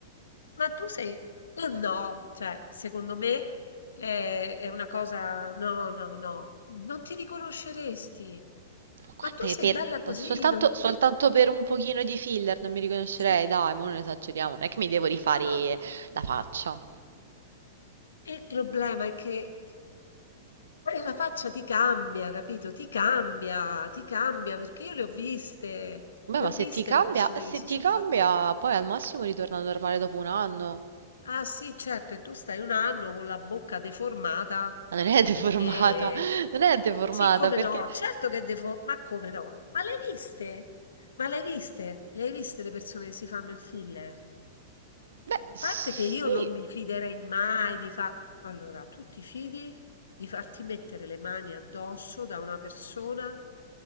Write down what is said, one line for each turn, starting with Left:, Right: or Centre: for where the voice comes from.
Left: ma tu sei... eh, No, cioè, secondo me è, è una cosa... No, no, no, non ti riconosceresti.
Right: Qua
Left: Ma tu
Right: per,
Left: sei
Right: per-
Left: bella così,
Right: eh, soltanto,
Left: non...
Right: soltanto per un pochino di filler non mi riconoscerei,
Left: no,
Right: dai, ma non esageriamo, non è che mi devo rifare
Left: no,
Right: la faccia.
Left: Il problema è che eh, la faccia ti cambia, capito? Ti cambia, ti cambia, perché io le ho viste,
Right: Beh,
Left: le
Right: ma
Left: ho
Right: se
Left: viste
Right: ti cambia,
Left: le persone
Right: se
Left: che si
Right: ti
Left: sono
Right: cambia,
Left: fatte.
Right: poi al massimo ritorna normale dopo un anno.
Left: Ah sì, certo, e tu stai un anno con la bocca deformata,
Right: Ma non è deformata,
Left: perché...
Right: <laughs> non è deformata
Left: Sì, come
Right: perché,
Left: no, certo che è defo- ma come no? Ma le hai viste? Ma le hai viste? Le hai viste le persone che si fanno il filler?
Right: beh,
Left: In
Right: sì,
Left: parte che io non mi fiderei mai di fare... Allora, tu ti fidi di farti mettere le mani addosso da una persona